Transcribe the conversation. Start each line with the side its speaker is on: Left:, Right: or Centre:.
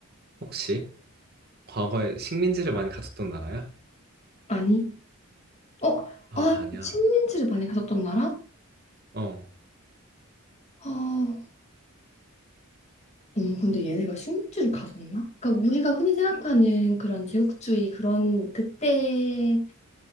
Right: 혹시 과거에 식민지를 많이 가졌던 나라야?
Left: 아니. 어,
Right: 아,
Left: 아,
Right: 아니야.
Left: 그 식민지를 많이 가졌던 나라?
Right: 어,
Left: 어, 어머, 근데 얘네가 식민지를 가졌나? 그러니까 우리가 흔히 생각하는 그런 제국주의 그런 그때